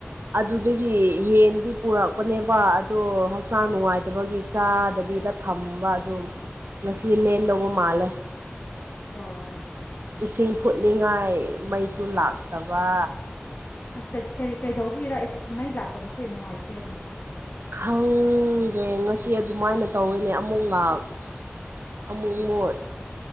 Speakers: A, on the right (about 65°); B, on the left (about 45°).
A: ꯑꯗꯨꯗꯒꯤ ꯌꯦꯟꯗꯤ ꯄꯨꯔꯛꯄꯅꯦꯕ ꯑꯗꯣ ꯍꯛꯆꯥꯡ ꯅꯨꯡꯉꯥꯏꯇꯕꯒꯤ ꯆꯥꯗꯕꯤꯗ ꯊꯝꯕ ꯑꯗꯨꯝ ꯉꯁꯤ ꯂꯦꯟꯗꯧꯕ ꯃꯥꯜꯂꯦ
B: ꯑꯣ
A: ꯏꯁꯤꯡ ꯐꯨꯠꯅꯤꯡꯉꯥꯏ ꯃꯩꯁꯨ ꯂꯥꯛꯇꯕ
B: ꯑꯁ ꯀꯩꯠ ꯀꯔꯤ ꯀꯩꯗꯧꯕꯒꯤꯔ ꯑꯦꯁꯤ ꯃꯩ ꯂꯥꯛꯇꯕꯁꯦ ꯅꯨꯡꯉꯥꯏꯇꯦ
A: ꯈꯪꯗꯦ ꯉꯁꯤ ꯑꯗꯨꯃꯥꯏꯅ ꯇꯧꯏꯅꯦ ꯑꯃꯨꯛ ꯂꯥꯛ ꯑꯃꯨꯛ ꯃꯨꯠ